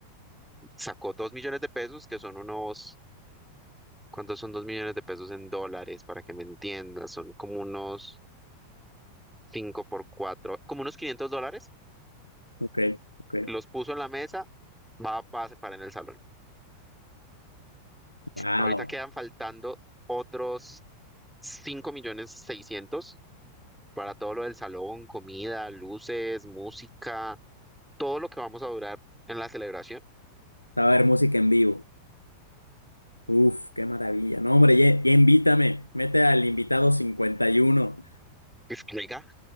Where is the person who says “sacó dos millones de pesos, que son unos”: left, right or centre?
Centre